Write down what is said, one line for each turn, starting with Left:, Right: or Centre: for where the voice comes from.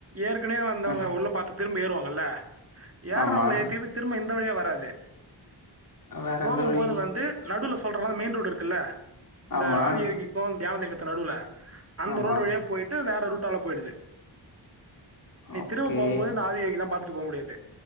Right: ஏற்கனவே வந்தவங்க
Left: ம்
Right: உள்ள பார்த்து திரும்ப ஏறுவாங் கல ஏரவங்கள
Left: ஆமா
Right: ஏதிட்டு திரும்ப இந்த வழியா வர அது
Left: வேற
Right: போகும்போது
Left: எந்த வழி
Right: வந்து நடுல சொல்ற மென் ரோடு இருக்குல்ல இந்த
Left: ஆமா
Right: ஆதியீக்கும் தியான நடுல அந்த
Left: ஆமா
Right: ரோடு வழிய போயிட் வேற ரூட்டால போயிடுது நீ
Left: ஓகே
Right: திரும்ப போகும் போது இந்த ஆதி யோகி பாத் த்போ முடியாது